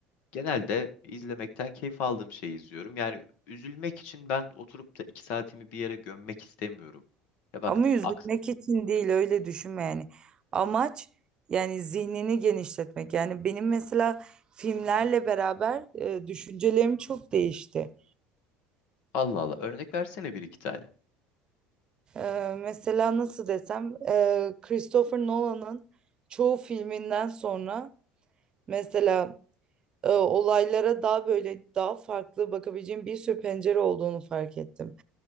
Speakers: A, on the left; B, on the right.
A: genelde izlemekten keyif aldığım şeyi izliyorum. Yani üzülmek için ben oturup da iki saatimi bir yere gömmek istemiyorum. Ya bak
B: Ama üzülmek
A: aks
B: için değil öyle düşünme yani. Amaç yani zihnini genişletmek. Yani benim mesela filmlerle beraber e, düşüncelerim çok değişti.
A: Allah Allah örnek versene bir iki tane.
B: E, mesela nasıl desem e, Christopher Nolan'ın çoğu filminden sonra mesela e, olaylara daha böyle daha farklı bakabileceğim bir sürü pencere olduğunu fark ettim.